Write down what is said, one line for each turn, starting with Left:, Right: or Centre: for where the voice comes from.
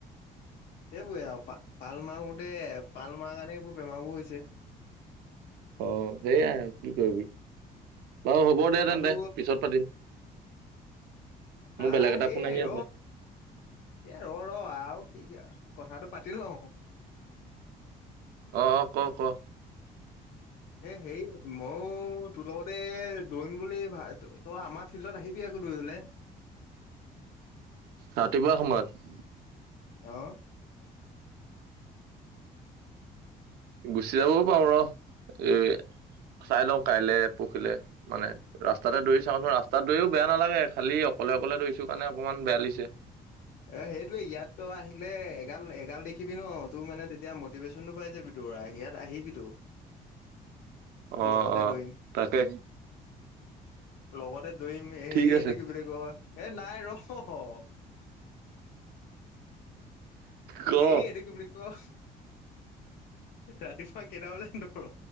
Left: সেইবোৰে আৰু পাল মাৰোঁতে, পাল মাৰা কাৰণে, এইবোৰ বেমাৰবোৰ হৈছে।
Right: অ'! সেইয়াই কি কৰিবি। বাৰু হ'ব দে
Left: ল'ৰাটো
Right: তেন্তে, পিছত পাতিম।
Left: হা,
Right: মোৰ বেলেগ এটা ফোন
Left: এ,
Right: আহি
Left: ৰ,
Right: আছে
Left: এ, ৰ, ৰ আৰু কি কিয়। কথাটো পাতি লওঁ ক'।
Right: অ'! ক' ক'।
Left: এ' হেৰি মইও তোৰ লগতে দৌৰিম বুলি ভা, তই আমাৰ ফিল্ডত আহিবি দৌৰিবলে।
Right: ৰাতিপুৱা সময়ত?
Left: অ'!
Right: গুচি যাবও পাৰোঁ ৰ'। এ চাই লওঁ, কাইলৈ, পৰখিলে মানে, ৰাস্তাতে দৌৰি চাওঁচোন, ৰাস্তাত দৌৰিও বেয়া নালাগে। খালি অকলে, অকলে দৌৰিছো কাৰণে অকমান বেয়া লাগিছে।
Left: অ'! সেইটোৱে, ইয়াত ত' আহিলে এগাল, এগাল দেখিবি ন', তোৰ মানে, তেতিয়া মতিভেচন পাই যাবি <unintelligible> ইয়াত আহিবিতো?
Right: অ'!
Left: লগতে
Right: অ'!
Left: দৌৰিম
Right: তাকে।
Left: লগতে দৌৰিম হেৰি
Right: ঠিক আছে
Left: এইটো কি বুলি কয়, এই নাই ৰ'।
Right: ক
Left: হেৰি এইটো কি বুলি ক ৰাতিপুৱা কেইটা বজাত দৌৰ?